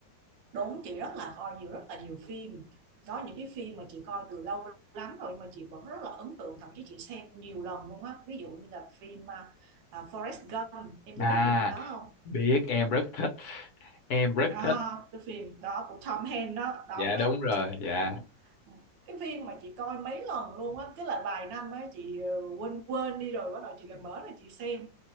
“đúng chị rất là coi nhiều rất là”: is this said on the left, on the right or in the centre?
Right